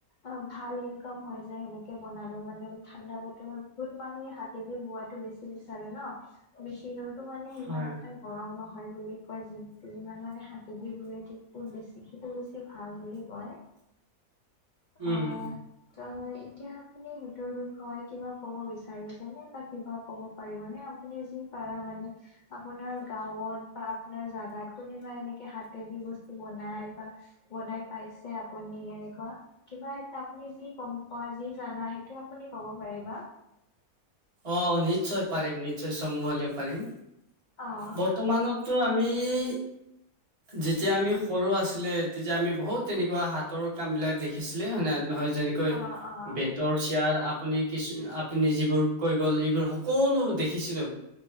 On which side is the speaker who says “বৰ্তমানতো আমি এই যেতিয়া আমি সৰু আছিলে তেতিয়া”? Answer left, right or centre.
Right